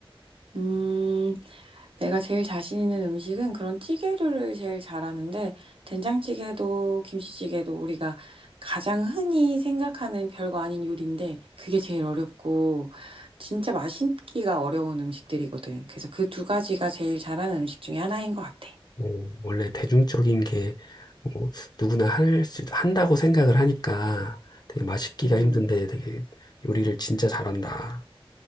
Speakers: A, on the right; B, on the left.
A: 음, 내가 제일 자신 있는 음식은 그런 찌개류를 제일 잘하는데, 된장찌개도 김치찌개도 우리가 가장 흔히 생각하는 별거 아닌 요리인데, 그게 제일 어렵고, 진짜 맛있기가 어려운 음식들이거든. 그래서 그 두 가지가 제일 잘하는 음식 중에 하나인 것 같아.
B: 뭐, 원래 대중적인 게 뭐, 누구나 할 수, 한다고 생각을 하니까 되게 맛있기가
A: 음.
B: 힘든데 되게 요리를 진짜 잘한다.